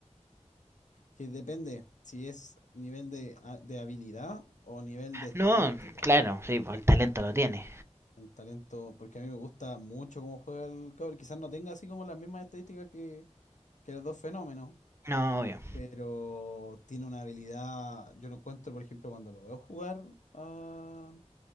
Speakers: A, on the left; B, on the right.
A: que depende si es nivel de, ha- de habilidad o nivel de estadística,
B: No, claro, sí, pues el talento lo tiene.
A: el talento, porque a mí me gusta mucho cómo juega el cabrón, quizás no tenga así como las mismas estadísticas que, que los dos fenómenos,
B: No, obvio.
A: pero tiene una habilidad, yo lo encuentro, por ejemplo, cuando lo veo jugar a,